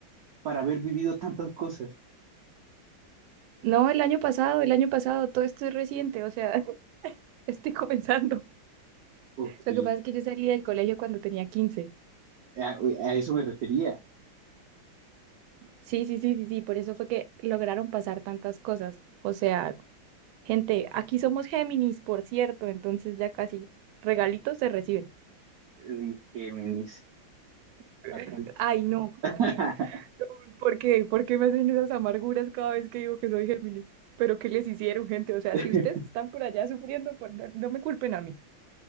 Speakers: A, on the right; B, on the right.
A: para haber vivido tantas cosas?
B: No, el año pasado, el año pasado, todo esto es reciente, o sea, <laughs> estoy comenzando.
A: Ok,
B: Lo que pasa es que yo salí del colegio cuando tenía 15.
A: a, a eso me refería.
B: Sí, sí, sí, sí, sí, por eso fue que lograron pasar tantas cosas. O sea, Gente, aquí somos Géminis, por cierto, entonces ya casi regalitos se reciben.
A: Uy, Géminis,
B: <laughs>
A: acá.
B: Ay, no, ¿cómo
A: <laughs>
B: así? No, ¿Por qué? ¿Por qué me hacen esas amarguras cada vez que digo que soy Géminis? ¿Pero qué les hicieron, gente? O sea,
A: <laughs>
B: si ustedes están por allá sufriendo, por- no no me culpen a mí.